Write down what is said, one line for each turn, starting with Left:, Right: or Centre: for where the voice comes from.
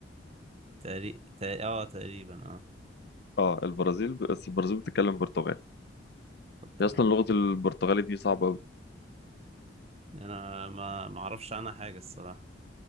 Right: تقري... تق- اه تقريبا اه
Left: اه البرازيل بس البرازيل بتتكلم برتغالي
Right: طب تمام
Left: هي اصلا لغه البرتغالي دي صعبه قوي
Right: انا ما ما اعرفش عنها حاجه الصراحه